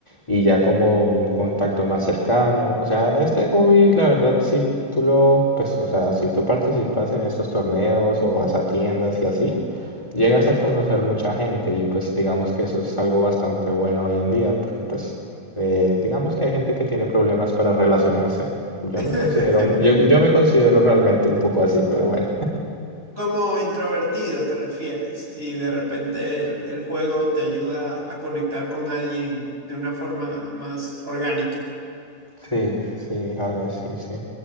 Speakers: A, on the left; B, on the right.
A: y ya como un contacto más cercano. O sea, este hobby, la verdad, si tú lo, pues, o sea, si tú participas en estos torneos o vas a tiendas y así, llegas a conocer mucha gente y pues digamos que eso es algo bastante bueno hoy en día, porque pues eh, digamos que hay gente que tiene problemas para relacionarse. Yo
B: <laughs>
A: me considero, un- yo, yo me considero realmente un poco así, pero bueno.
B: Como introvertido te refieres y de repente el, el juego te ayuda a conectar con alguien de una forma más orgánica.
A: Sí, sí, algo así, sí.